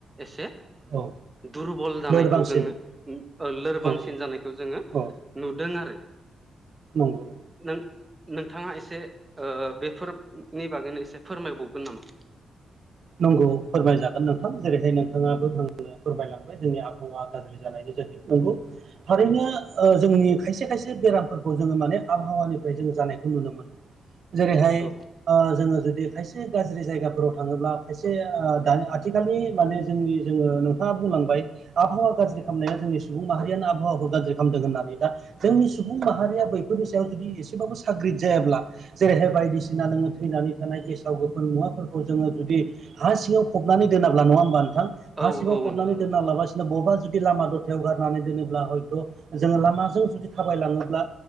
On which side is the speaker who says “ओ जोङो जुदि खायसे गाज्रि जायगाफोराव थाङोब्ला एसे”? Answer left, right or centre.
Right